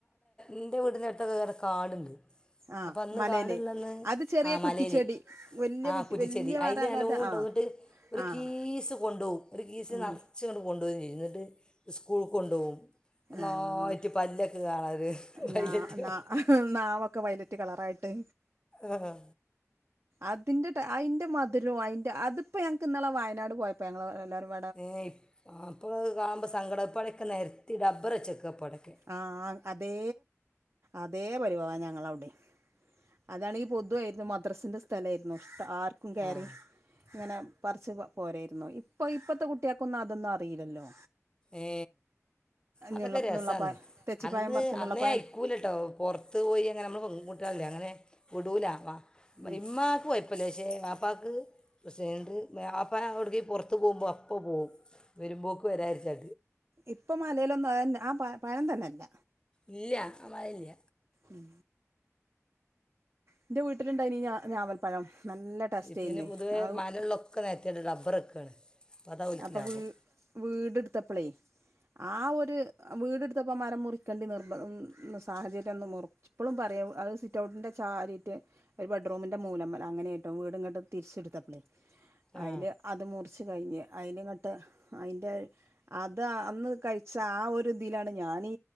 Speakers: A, on the left (about 15°); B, on the right (about 55°).
A: ഇന്റെ വീട്ടിന്റെ അടുത്ത് കാടുണ്ട്
B: ആഹ്
A: അപ്പൊ അന്ന്
B: മലേല്
A: കാടുള്ളന്ന്
B: അത് ചെറിയ
A: ആ
B: കുറ്റിച്ചെടി
A: മലേല്ആഹ
B: വല്യ കുറ്റി
A: കുറ്റിച്ചെടി
B: വല്യ മരാകാതെ
A: അതില് നല്ലോണ ഉണ്ടാവും
B: ആഹ്
A: എന്ന്ട്ട് ഒരു
B: ആഹ്
A: കീസ് കൊണ്ടു പോവും ഒരു കീസ്
B: ഉം
A: നിറച്ച് കൊണ്ടുവരും എന്നിട്ട് പൂ കൊണ്ട് പോകും നന്നായിട്ട്
B: ആഹ്
A: പല്ലൊക്കെ കാണാറ് ഒരു വൈലറ്റ്
B: ഞാ നാ
A: ക
B: നാവൊക്കെ വയലറ്റ് കളറായിട്ട്
A: ആഹ
B: അതിന്റെ അതിന്റെ മധരും അതിന്റെ അതിപ്പോ ഞങ്ങൾക്ക് ഇന്നാൾ വയനാട് പോയപ്പോ ഞങ്ങൾ എല്ലാവരും
A: യെ അപ്പോൾ കാണുമ്പോൾ സങ്കടംആവും ഇപ്പോഴടൊക്കെ നിരത്തി ഡബ്ബർ വച്ചെക്ക അപ്പോടയ്ക്ക്
B: ആഹ അതേ അതേ പരിവാ മാണ് ഞങ്ങടെ അവിടെ അതാണെങ്കിൽ ഈ പൊതുവായിരുന്നു മദ്രാസിന്റെ സ്ഥലയിരുന്നു ആർക്കും കേറി
A: ആ
B: ഇങ്ങനെ പറിച്ച് പോരായിരുന്നു ഇപ്പൊ ഇപ്പത്തെ കുട്ടിയക്കൊന്നും അതൊന്നും അറിയില്ലല്ലോ
A: ഏ അതൊക്കെ
B: നുള്ള
A: രസാണ്
B: നുള്ളപ്പായം തെച്ചിപ്പായം
A: അന്ന്
B: പറിച്ച നുള്ളപ്പായം
A: അന്നേ അയിക്കൂല ട്ടോ പൊറത്ത് പോയി അങ്ങനെ അമ്മള് പെൺകുട്ടികൾ അല്ലെ അങ്ങനെ വിടൂല വാപ്പ
B: ഉം
A: ഇമ്മാക്ക് കൊയപ്പല്ല ക്ഷേ വാപ്പാക്ക് പക്ഷേ ണ്ട് വാപ്പാ അവിടേക്ക് പൊറത്ത് പോമ്പോ അപ്പോ പോകും വരുമ്പോക്ക് വരായിരിച്ചാ
B: ഇപ്പൊ മലയിലൊന്നും അതന്നെ ആ പഴം തന്നെയില്ല
A: ഇല്ല ആ പഴംല്ല
B: ഉം എന്റെ വീട്ടിലുണ്ടായിനി ഞാ ഞാവൽപ്പഴം നല്ല ടേസ്റ്റായിര്ന്നേ
A: ഇപ്പം പിന്നെ പൊതുവേ
B: ആവും
A: മലകളിലൊക്കെ നിരത്തിയിട്ട് റബ്ബർ വെക്കുകയാണ് അപ്പം അതാ ഓൽക്ക്
B: അപ്പ
A: ലാഭം
B: വീ വീടെടുത്തപ്പളേ ആ ഒരു വീടെടുത്തപ്പോൾ മരം മുറിക്കേണ്ടി നിർബ സാഹചര്യം ഒന്ന് മുർ ഇപ്പോളും പറയും അത് സിറ്റ് ഔട്ടിന്റെ താരിയിട്ട് ഒരു ബെഡ്റൂമിന്റെ മൂലംമ്മല് അങ്ങനെയായിട്ടോ വീട് ഇങ്ങട്ട് തിരിച്ചെടുത്തപ്പളേ
A: ആ
B: അയില് അത് മുറിച്ച് കഴിഞ്ഞ് അയില്ങ്ങട്ട് അയിന്റെ അത് അന്ന് കഴിച്ച ആ ഒരു ഇതിയിലാണ് ഞാനീ